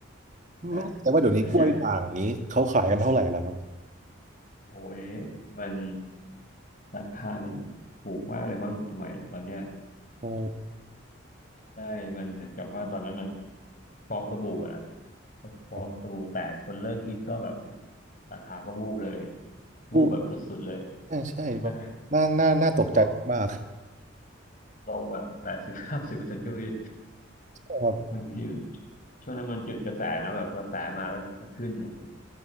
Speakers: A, on the left; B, on the right.
A: ใช่
B: ไม่แต่ว่าเดี๋ยวนี้กล้วยด่างนี้เขาขายกันเท่าไหร่แล้วครับ
A: แต่ยางโอ้ยมันราคามันถูกมากเลยมั้งสมัยตอนเนี้ย
B: โอ้
A: ใช่ มันเหมือนกับว่าตอนนั้นมันฟองสบู่อะนะฟองสบู่แตกคนเลิกฮิตก็แบบ
B: ครับ
A: ราคาก็วูบเลย
B: ลูก
A: วูบแบบสุดๆเลย
B: ใช่ใช่แบบน่าน่าน่าตกใจมาก
A: ใช่เนาะลงแบบแปดสิบเก้าสิบเปอร์เซ็นต์ก็มี <laughs>
B: ๆครับ
A: บางทีมันช่วงนั้นมันจุดกระแสแล้วแบบกระแสมาแล้วมันก็ขึ้นโอ้โห